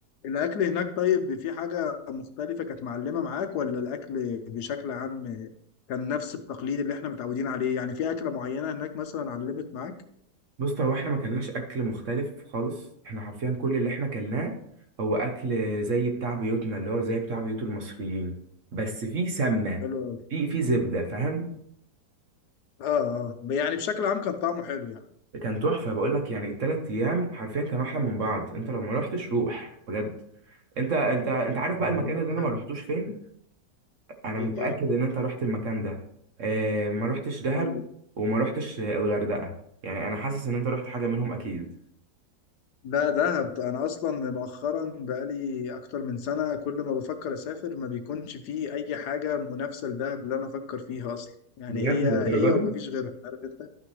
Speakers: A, on the left; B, on the right.
A: الأكل هناك طيب في حاجة مختلفة كانت معلمة معاك ولا الأكل بشكل عام كان نفس التقليد اللي احنا متعودين عليه يعني في أكلة معينة هناك مثلا علمت معاك
B: بص هو احنا ما كلناش اكل مختلف خالص احنا حرفيا كل اللي احنا كلناه هو اكل زي بتاع بيوتنا اللي هو زي بتاع بيوت المصريين بس في سمنه
A: حلو أوي.
B: في في زبده فاهم
A: اه اه يعني بشكل عام كان طعمه حلو يعني
B: كان تحفه بقول لك يعني الثلاث ايام حرفيا كانوا احلى من بعض انت لو ما رحتش روح بجد انت انت انت عارف بقى
A: والله
B: المكان اللي انا
A: حلو
B: ما رحتوش فين انا
A: ايه
B: متاكد ان انت رحت المكان ده اه ما رحتش دهب
A: قول لي
B: وما رحتش آه، الغردقه يعني انا حاسس ان انت رحت حاجه منهم اكيد
A: لا دهب انا اصلا مؤخرا بقالي اكتر من سنه كل ما بفكر اسافر ما بيكونش فيه اي حاجه منافسه لدهب اللي انا افكر فيها اصلا يعني
B: بجد
A: هي
B: للدرجه
A: هي ومفيش
B: دي
A: غيرها عارف انت